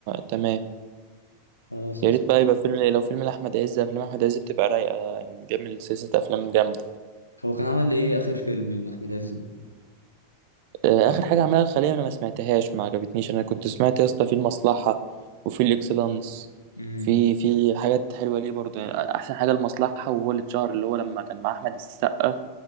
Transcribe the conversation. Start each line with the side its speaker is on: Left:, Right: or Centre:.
Right: تمام
Left: خلاص
Right: يا
Left: قشطة
Right: ريت بقى يبقى فيلم لو فيلم لأحمد عز أفلام أحمد عز بتبقى رايقة يعني بيعمل سلسلة أفلام جامدة
Left: هو كان عمل إيه آخر فيلم لأحمد عز ده؟
Right: آه، آخر حاجة عملها الخلية أنا ما سمعتهاش ما عجبتنيش أنا كنت سمعت يا اسطى في المصلحة وفي الإكسلانس
Left: امم
Right: في في حاجات حلوة ليه برضه يعني أحسن حاجة المصلحة وهو اللي اتشهر اللي هو لما كان مع أحمد السقا